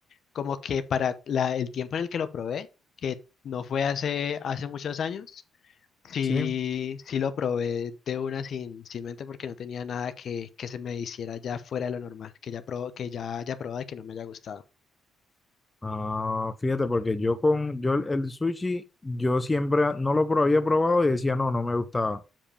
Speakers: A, on the left; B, on the left.
A: como que para la, el tiempo en el que lo probé, que no fue hace, hace muchos años, sí,
B: Sí.
A: sí lo probé de una sin, sin mente porque no tenía nada que, que se me hiciera ya fuera de lo normal, que ya, pro, que ya haya probado y que no me haya gustado.
B: Ah, fíjate, porque yo con yo el el sushi, yo siempre no lo pro- había probado y decía, no, no me gustaba.